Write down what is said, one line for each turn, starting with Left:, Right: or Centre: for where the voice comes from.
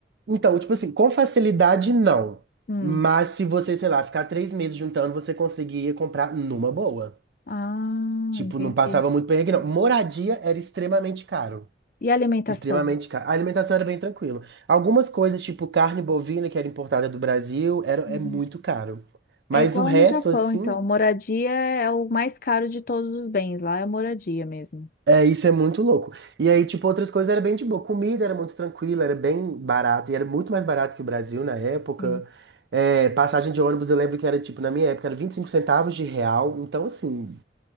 Right: Então, tipo assim, com facilidade não.
Left: Hum.
Right: Mas se você, sei lá, ficar três meses juntando, você conseguia comprar numa boa.
Left: Ah,
Right: Tipo,
Left: entendi.
Right: não passava muito perrengue, não. Moradia era extremamente caro.
Left: E alimentação?
Right: Extremamente caro. A alimentação era bem tranquila. Algumas coisas, tipo carne bovina, que era importada do Brasil, era, é
Left: Uhum.
Right: muito caro. Mas
Left: É igual
Right: o resto,
Left: no Japão,
Right: assim,
Left: então. Moradia é o mais caro de todos os bens. Lá é moradia mesmo.
Right: É, isso é muito louco. E aí, tipo, outras coisas era bem de boa. Comida era muito tranquila, era bem barata E era muito mais barato que o Brasil na época.
Left: Sim.
Right: É, passagem de ônibus, eu lembro que era, tipo, na minha época, era 25 centavos de real. Então, assim,